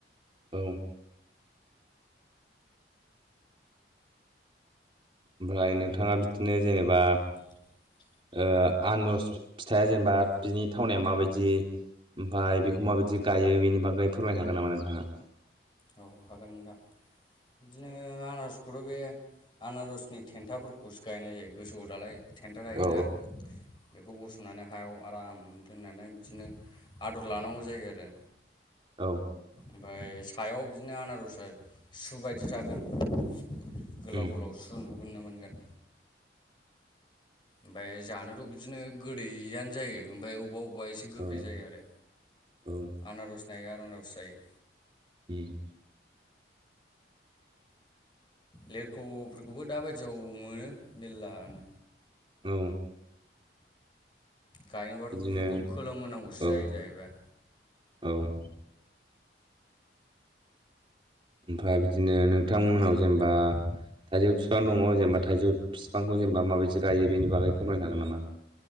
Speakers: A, on the right; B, on the left.
A: औ ओमफ्राय नोंथाङा बिदिनो जेनेबा
B: ओम
A: ओ आनरस फिथाइया जेनेबा बिनि थावनाया माबायदि ओमफाय बेखौ माबायदि गायो बेनि बागै फोरमायनो हागोन नामा नोंथाङा
B: औ हागोन नोंथां बिदिनो आनारसखौथ' बे आनारसनि थेन्थाफोरखौसो गायनाय जायो गोसोआव दालाय थेन्था थायोना
A: औ
B: बेखौ बस'नानै हायाव आराम दोननानै बिदिनो आदर लानांगौ जायो आरो
A: औ
B: ओमफाय सायाव बिदिनो आनारसा सु बायदि थागोन गोलाव
A: उम
B: गोलाव सु नुगोननो मोनगोन ओमफाय जानोथ' बिदिनो गोदैयानो जायो ओमफाय बबाव बा एसे गोखै
A: औ
B: जायो आरो
A: औ
B: आनारस नायो आनारस जायो
A: उम
B: लेरख'फोरखौबो दाबायदियाव मोनो मेरलानो
A: औ
B: गायनोबाथ'
A: बिदिनो
B: बेफोरखौ खोलोम होनांगौसो
A: औ
B: जायो जाहैबाय
A: औ ओमफ्राय बिदिनो नोंथांमोननाव जेनेबा थाइजौ बिफां दङ जेनेबा थाइजौ बिफांखौ जेनेबा माबायदि गायो बेनि बागै फोरमायनो हागोन नामा